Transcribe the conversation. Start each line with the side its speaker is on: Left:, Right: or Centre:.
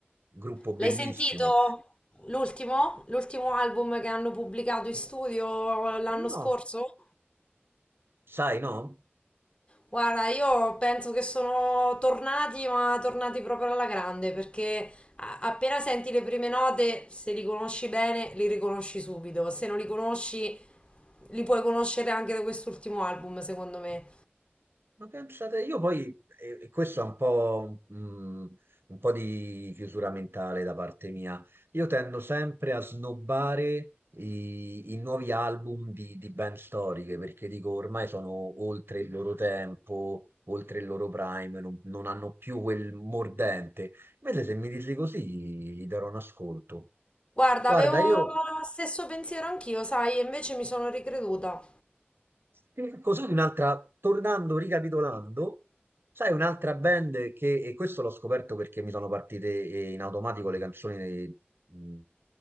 Right: gruppo bellissimo.
Left: L'hai sentito l'ultimo? L'ultimo album che hanno pubblicato in studio l'anno
Right: No,
Left: scorso?
Right: sai, no?
Left: Guarda, io penso che sono tornati, ma tornati proprio alla grande, perché a- appena senti le prime note, se li conosci bene, li riconosci subito. Se non li conosci, li puoi conoscere anche da quest'ultimo album, secondo me.
Right: Ma pensate, io poi, e e questo è un po', mh, un po' di chiusura mentale da parte mia, io tendo sempre a snobbare i, i nuovi album di, di band storiche, perché dico ormai sono oltre il loro tempo, oltre il loro prime, non, non hanno più quel mordente. Invece se mi dici così, gli darò un ascolto.
Left: Guarda,
Right: Guarda,
Left: avevo
Right: io
Left: lo stesso pensiero anch'io, sai, e invece mi sono ricreduta.
Right: E Così un'altra, tornando, ricapitolando, sai un'altra band che, e questo l'ho scoperto perché mi sono partite eh, in automatico le canzoni, eh, mh,